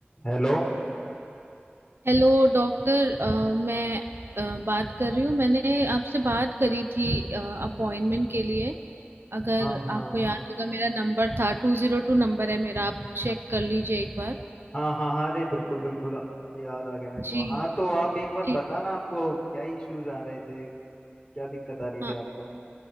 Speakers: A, on the left; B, on the right.
A: Hello
B: Hello doctor अ, मैं अ, बात कर रही हूँ मैंने आपसे बात करी थी अपॉइंटमेंट के लिए अगर
A: हाँ हाँ
B: आपको याद होगा मेरा नंबर था टू जीरो टू नंबर है मेरा आप चेक कर लीजिए एक बार
A: हाँ हाँ हाँ अरे बिल्कुल बिल्कुल याद आ गया मेरे को
B: जी
A: हाँ तो आप एक बार
B: जी
A: बताना आपको क्या इश्यूज आ रहे थे क्या दिक्कत आ रही
B: हाँ
A: थी आपको